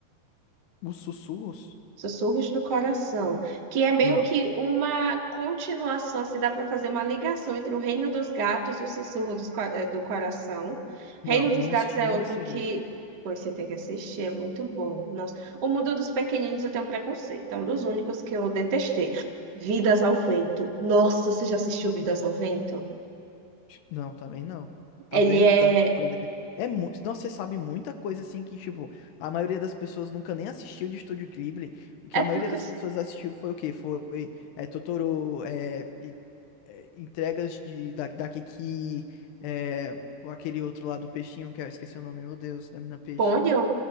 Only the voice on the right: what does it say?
Sussurros do Coração, que é meio
que uma continuação, assim, dá para fazer uma ligação entre o Reino dos Gatos e o Sussurro dos Co- eh, do Coração.
Reino dos
Gatos
é
outro
que
pois você tem que assistir, é muito bom. Nossa. O Mundo dos Pequeninos eu tenho um preconceito, é um dos únicos que eu detestei. Vidas ao Vento. Nossa, você já assistiu Vidas ao Vento?
Ele
é.
É
porque.
Ponyo?